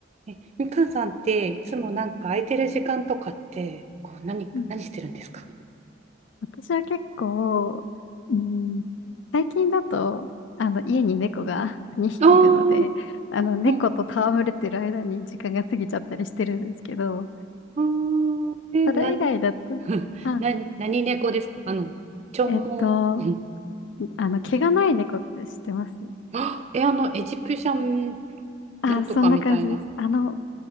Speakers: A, on the right; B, on the left.
A: え、みかんさんっていつもなんか空いてる時間とかってこう何、
B: うん
A: 何してるんですか
B: 私は結構、うん、最近だと、あの、家に猫が <laughs> 2匹いるので、
A: あー
B: あの、猫と戯れてる間に時間が過ぎちゃったりしてるんですけど、
A: うん。うーんえ、
B: それ以外だと、
A: 何 <laughs>
B: あ、
A: 何、何猫ですかあの、長毛。
B: えっと、
A: <laughs> うん
B: あの、毛がない猫って知ってます
A: あえ、あの、エジプシャン
B: あ、
A: なんとかみたいな。
B: そんな感じです。あの、